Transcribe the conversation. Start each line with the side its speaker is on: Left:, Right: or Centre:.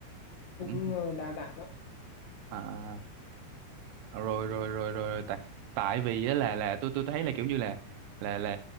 Left: cũng
Right: cũng
Left: ờ, đa dạng lắm
Right: à Ờ, rồi rồi rồi rồi rồi. tại tại vì á là là tôi tôi thấy là kiểu như là là là